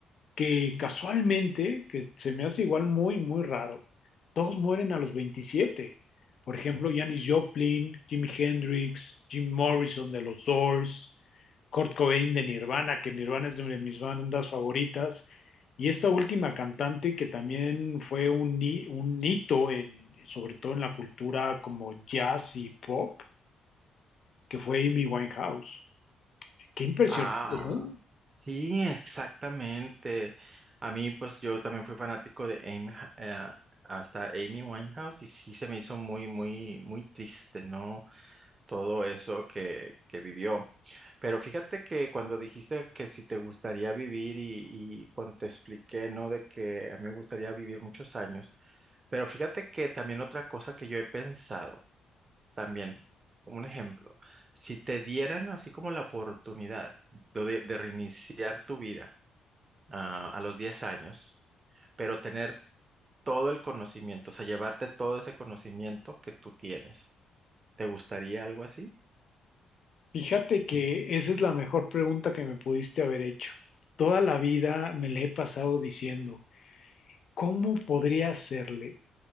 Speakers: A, on the left; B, on the right.
A: que casualmente, que se me hace igual muy, muy raro, todos mueren a los veintisiete Por ejemplo,
B: Oh.
A: Janis Joplin, Jimi Hendrix, Jim Morrison de los Doors, Kurt Cobain de Nirvana, que Nirvana es de mis bandas favoritas, y esta última cantante que también fue un, hi- un hito en, sobre todo en la cultura como jazz y pop, que fue Amy Winehouse. Qué impresionante
B: Ah, Sí, exactamente. A mí, pues yo también fui fanático de Amy, eh, hasta Amy Winehouse y sí se me hizo muy, muy, muy triste, ¿no? Todo eso que, que vivió. Pero fíjate que cuando dijiste que si te gustaría vivir y, y cuando te expliqué, ¿no? De que a mí me gustaría vivir muchos años. Pero fíjate que también otra cosa que yo he pensado, también, un ejemplo, si te dieran así como la oportunidad de de reiniciar tu vida ah, a los 10 años, pero tener todo el conocimiento, o sea, llevarte todo ese conocimiento que tú tienes. ¿Te gustaría algo así?
A: Fíjate que esa es la mejor pregunta que me pudiste haber hecho. Toda la vida me le he pasado diciendo, ¿cómo podría hacerle